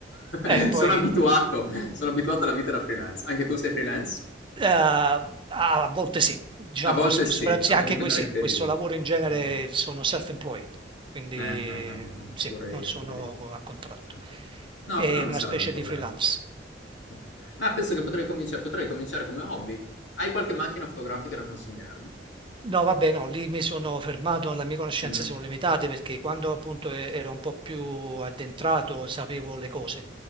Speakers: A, on the left; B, on the right.
A: <laughs>
B: eh, poi
A: sono abituato, sono abituato alla vita da freelance. Anche tu sei freelance?
B: Eh, a volte sì, diciamo,
A: A volte
B: sp-
A: sì,
B: soprattutto
A: a
B: anche
A: vo dipende
B: que- sì,
A: dai periodi.
B: questo lavoro in genere
A: Okay.
B: sono self-employed, quindi
A: Eh, eh, eh, eh,
B: sì,
A: pure
B: non
A: io,
B: sono
A: pure io.
B: a contratto.
A: Sì. No,
B: È
A: quello non
B: una
A: sarebbe
B: specie
A: un problema.
B: di freelance.
A: Sì. Ma penso che potrei comincia potrei cominciare come hobby. Hai qualche macchina fotografica da consigliarmi?
B: No, vabbè, no, lì mi sono fermato, le mie conoscenze
A: Mh.
B: sono limitate perché quando appunto e- ero un po' più addentrato sapevo le cose.